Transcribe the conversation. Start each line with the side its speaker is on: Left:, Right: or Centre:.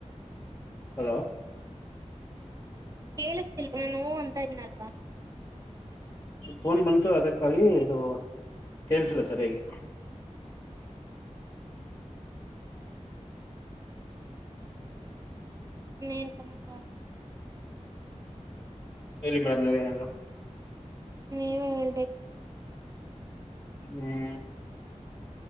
Left: ಹಲೋ
Right: ಕೇಳಿಸತಿಲ್ವ ನಾನ ಅಂತ ಇದನಲ್ವಾ
Left: ಫೋನ್ ಬಂತು ಅದಕ್ಕಾಗಿ ಇದು ಕೇಳ್ಸಿಲ್ಲ ಸರ್ ಹೇಗೆ
Right: ಹ್ಮ ಏನ್ ಸಮಾಚಾರ
Left: ಹೇಳಲ್ಲಿ ಮೇಡಮ್ ನೀವೇನಾರ
Right: ಹ್ಮ್ ನೀವೇ ಹೇಳ್ಬೇಕು
Left: ಹ್ಮ್